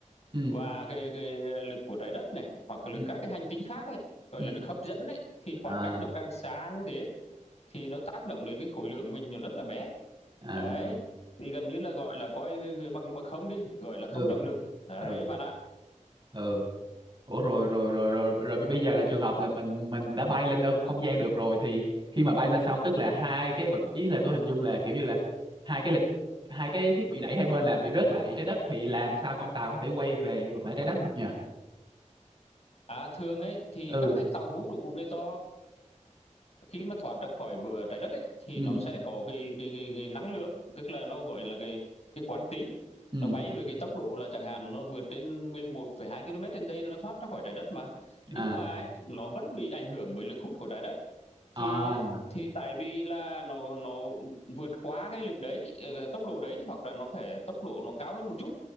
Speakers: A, on the right; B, on the left.
A: Ừ.
B: và cái, cái lực của trái đất này hoặc cái
A: Ừ.
B: lực các cái hành tinh khác ấy, gọi
A: Ừ.
B: là lực hấp dẫn ấy thì khoảng
A: À
B: cách nó càng xa như thế thì nó tác động đến cái khối lượng mình nó rất là bé.
A: à
B: Đấy, thì gần như là gọi là coi cái- cái bằng bằng không đi, gọi là không
A: ừ
B: trọng lực. Đấy
A: ừ
B: bạn ạ.
A: ừ. Ủa rồi rồi rồi rồi rồi bây giờ là trường hợp là mình mình đã bay lên đâu không gian được rồi thì khi mà bay lên xong tức là hai cái vật ý là tôi hình dung là kiểu như là hai cái lực hai cái thiết bị đẩy hai bên là bị rớt lại trái đất thì làm sao con tàu có thể quay về ngược lại trái đất được nhỉ?
B: À thường ấy thì
A: Ừ.
B: các cái tàu vũ trụ người ta khi mà thoát ra khỏi vừa trái đất ấy, thì
A: Ừ.
B: nó sẽ có cái, cái, cái, cái năng lượng tức là nó gọi là cái cái quán tính
A: Ừ.
B: nó bay với cái tốc độ là chẳng hạn nó vượt trên 11,2 km trên giây nó thoát ra khỏi trái đất mà nhưng
A: À
B: mà ấy, nó vẫn bị ảnh hưởng bởi lực hút của trái đất
A: à
B: thì ấy, thì tại vì là nó nó vượt quá cái lực đấy ờ, tốc độ đấy hoặc là nó phải tốc độ nó cao hơn một chút